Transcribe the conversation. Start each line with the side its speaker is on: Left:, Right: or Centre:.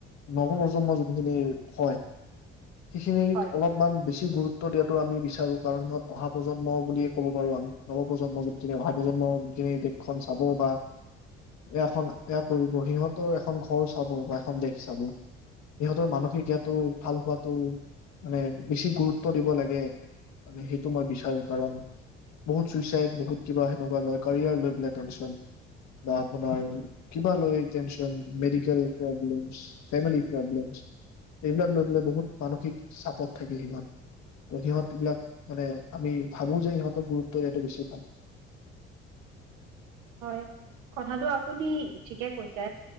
Left: নৱ প্ৰজন্ম যোনখিনি হয়। সেইখিনিক
Right: হয়
Left: অলপমান বেছি গুৰুত্ব - গুৰুত্ব দিয়াতটো আমি বিচাৰো কাৰণ সিহঁত অহা প্ৰজন্ম বুলিয়ে ক'ব পাৰো আমি নৱপ্ৰজন্ম যোনখিনি অহা প্ৰজন্ম যোনখিনি দেশখন চাব বা, এয়াখন এয়া কৰিব সিহঁত - তেওঁ এখন ঘৰ চাব বা এখন দেশ চাব, সিহঁতৰ মানসিক য়াটো ভাল হোৱাটো মানে বেছি গুৰুত্ব দিব লাগে, আমি সেইটো মই বিচাৰো কাৰণ বহুত চুইচাইদ বহুত কিবা সেনেকুৱা লয় কেৰীয়াৰ লৈ পেলাই টেনচন বা আপোনাৰ কিবা লৈ - tension medical problems family problems, য়াকলৈ পেলাই বহুত মানসিক চাপত থাকে সিহঁত, সিহঁত এইবিলাক মানে আমি ভাবো যে সিহঁতক গুৰুত্ব দিয়ে বেছি ভাল।
Right: হয় কথাটো আপুনি ঠিকে কৈছে,